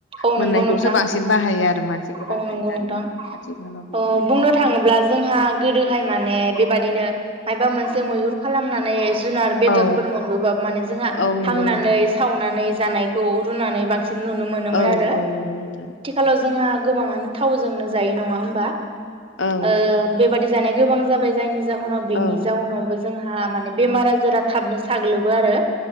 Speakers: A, on the right; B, on the left.
A: औ
B: मोननायखौसो
A: नंगौ नोंथां
B: बांसिन बाहायो आरो मानसिफोराहाय
A: औ नोंगौ
B: दानिया
A: नोंथां।
B: आथिखालाव बिदिनो
A: औ बुंनो थाङोब्ला जोंहा गोदोहाय माने बेबायदिनो माबा मोनसे मैहुर खालामनानै जुनार बेदरफोर
B: औ
A: मोनबोबा माने जोंहा
B: औ नंगौ
A: हांनानै
B: नोंथां
A: सावनानै जानायखौ रुनानै बांसि न नुनो मोनोमोन
B: औ
A: आरो।
B: औ नंगौ नोंथां
A: थ जोंहा गोबाङानो थावजोंनो जायो नङा होमबा?
B: औ
A: ओ बेबादि जानाय गोबां जाबाय जायनि जाहोनाव बेनि
B: औ
A: जाउनाव बो जोंहा माने बेमार आजारा थाबनो साग्लोबो आरो।